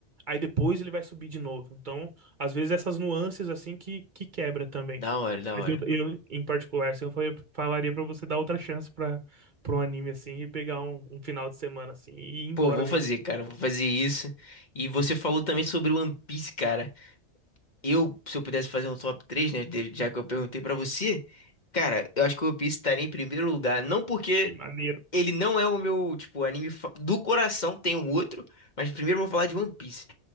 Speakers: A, on the right; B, on the left.
A: Aí depois ele vai subir de novo. Então, às vezes essas nuances assim que, que quebra também.
B: Da hora, da
A: Mas
B: hora.
A: eu, eu, em particular, assim, eu falei- falaria pra você dar outra chance para para um anime assim e pegar um, um final de semana assim e ir embora
B: Pô, vou
A: nele.
B: fazer, cara, vou fazer isso. E você falou também sobre o One Piece, cara. Eu, se eu pudesse fazer um top 3, né, de- já que eu perguntei pra você, cara, eu acho que o One Piece estaria em primeiro lugar, não porque
A: Que maneiro.
B: ele não é o meu, tipo, anime fa- do coração, tem um outro, mas primeiro eu vou falar de One Piece.